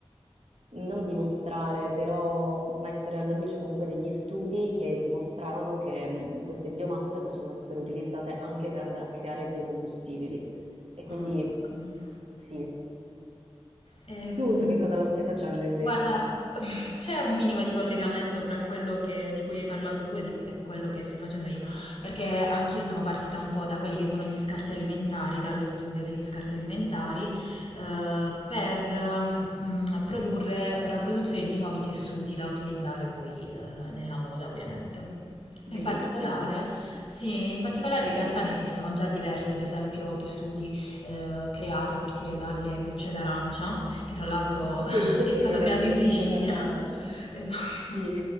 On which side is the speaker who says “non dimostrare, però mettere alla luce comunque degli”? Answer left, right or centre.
Right